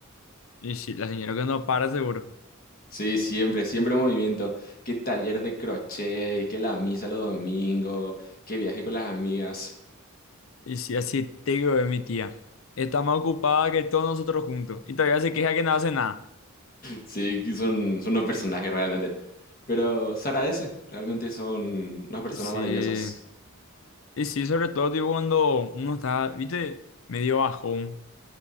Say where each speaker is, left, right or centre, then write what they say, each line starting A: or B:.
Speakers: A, on the left; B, on the left.
A: Y sí, la señora que no para seguro.
B: Sí, siempre, siempre movimiento. Qué taller de crochet, qué la misa los domingos, qué viaje con las amigas.
A: Y sí, así te digo de mi tía. Está más ocupada que todos nosotros juntos. Y todavía se queja que no hace nada.
B: Sí, que son, son unos personajes realmente. Pero se agradece, realmente son unas personas
A: Sí.
B: maravillosas.
A: Y sí, sobre todo, tipo, cuando uno está, viste, medio bajón.